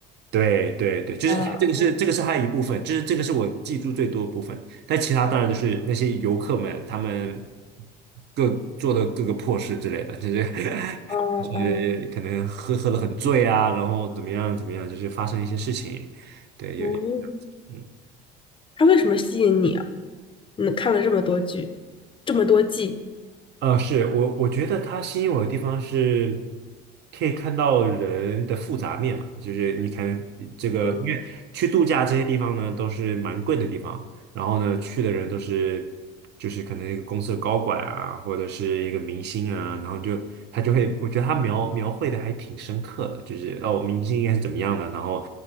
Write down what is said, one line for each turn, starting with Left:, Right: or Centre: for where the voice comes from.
Right: 对对对，就是这个是这个是它的一部分，
Left: 啊 <laughs>
Right: 就是这个是我记住最多的部分。但其他当然都是那些游客们他们各做的各个破事之类的，就是 <laughs>
Left: 啊嗯
Right: 就是可能喝喝的很醉啊，然后怎么样怎么样，就是发生一些事情。对，
Left: 嗯，
Right: 有嗯。
Left: 它为什么吸引你啊？你看了这么多剧，这么多季。
Right: 呃，是我我觉得它吸引我的地方是，可以看到人的复杂面嘛，就是你看这个，
Left: 嗯
Right: 因为去度假这些地方呢都是蛮贵的地方，然后呢去的人都是就是可能一个公司的高管啊，或者是一个明星啊，然后你就他就会，我觉得他描描绘的还挺深刻的，就是哦，明星应该是怎么样的，然后